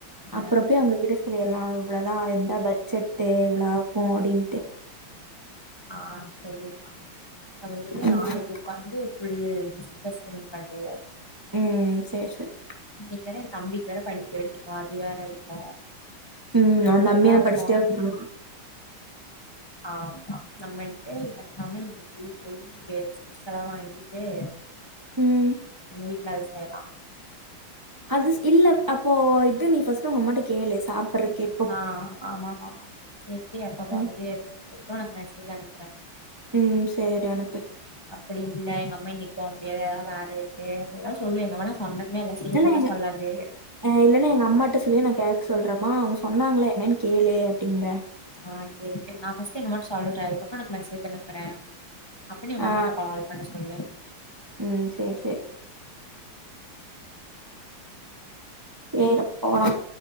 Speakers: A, on the left (about 20°); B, on the right (about 35°).
A: ஆ
B: அப்பற போய் அவங்ககிட்ட சொல்லிலா இவ்ளோதா இத்தா பட்ஜெட்டு் இவ்ளோ ஆகு அப்டின்ட்டு
A: ஆ சொல்லிலா அப்ப வந்துட்டு
B: ம்
A: நாளைக்கு உக்காந்து ஃபுல் டிஸ்கஷன் பண்ணுவோ
B: ம் சேர் சேர்
A: இன்னைக்கு வேற என் தம்பிக்கு வேற படிக்க வெக்கணு அது வேற இருக்கு
B: உம்
A: கொஞ்சந்தா
B: ஒ தம்பி என்ன
A: இருக்கு
B: படிச்சிட்டே வந்துருவா
A: ஆமா நம்ம இன்டே இப்ப தமிழ்மிட்லி போயி இங்கே சிப்ஸ் எல்லா வாங்கிட்டு
B: ம்
A: எங்க வீட்ல அது செய்யலா
B: அது இல்ல அப்போ இது நீ ஃபஸ்ட்டு உங்க அம்மா கிட்ட கேளு சாப்பற் எப்
A: ஆ ஆமா ஆமா ஆமா எப்டி எப்ப போறது
B: ம்
A: கேட்டு உனக்கு மெசேஜ் அனுப்புற
B: ம் சேரி அனுப்பு
A: அப்டி இல்ல எங்க அம்மா இன்னைக்கு போ முடியாது எதாவது வேல இருக்கு அப்டிஎதா சொல்லு எங்கமன்னா சொன்னதுமே எல்லா சேதி எல்லா
B: எங்க
A: சொல்லாது
B: ஆ இல்லனா எங்க அம்மாட்ட சொல்லி நா கேக்க சொல்ற மா அவ்ங்க சொன்னாங்களே என்னன்னு கேளு அப்டிங்கற
A: ஆ கேளு கேளு நா ஃபஸ்ட்டு எங்கம்மாட்ட சொல்ற அதுக்கப்புறோ உனக்கு மெசேஜ் அனுப்புற அப்ப நீ உங்க அம்மாட்ட
B: ஆ
A: கால் பண்ண சொல்லு
B: ம் செர் செர் வேற போலா